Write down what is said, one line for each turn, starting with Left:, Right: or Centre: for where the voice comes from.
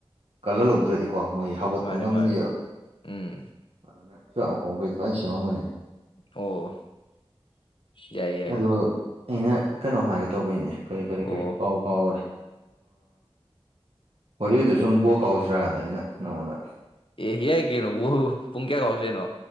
Right: ꯀꯜꯍꯜꯍꯧꯗ꯭ꯔꯗꯤꯀꯣ ꯃꯣꯏ ꯍꯧꯒꯠꯄ
Left: ꯃꯥꯅꯦ
Right: ꯉꯝꯗꯦꯕ
Left: ꯃꯥꯅꯦ ꯎꯝ
Right: ꯑꯗꯨ ꯅ ꯃꯈꯣꯡꯈꯩ ꯗꯨꯃꯥꯏꯟ ꯁꯦꯝꯃꯥꯝꯕꯅꯦ
Left: ꯑꯣ ꯌꯥꯏ ꯌꯥꯏ
Right: ꯑꯗꯣ
Left: ꯌꯥꯏ
Right: ꯑꯩꯅ ꯀꯩꯅꯣꯝ ꯍꯥꯏꯒꯦ ꯇꯧꯕꯅꯤꯅꯦ ꯀꯔꯤ ꯀꯔꯤ
Left: ꯑꯣ
Right: ꯀꯔꯤ ꯀꯥꯎ ꯀꯥꯎꯒꯔꯦ ꯍꯣꯔꯦꯗꯨ ꯁꯨꯝ ꯕꯣ ꯀꯥꯎꯁꯤꯔꯥꯗ ꯑꯩꯅ ꯅꯪꯉꯣꯟꯗ
Left: ꯑꯦ ꯌꯥꯏ ꯀꯩꯅꯣꯕꯨ ꯄꯨꯡ ꯀꯌꯥ ꯀꯥꯎꯁꯦꯍꯥꯏꯅꯣ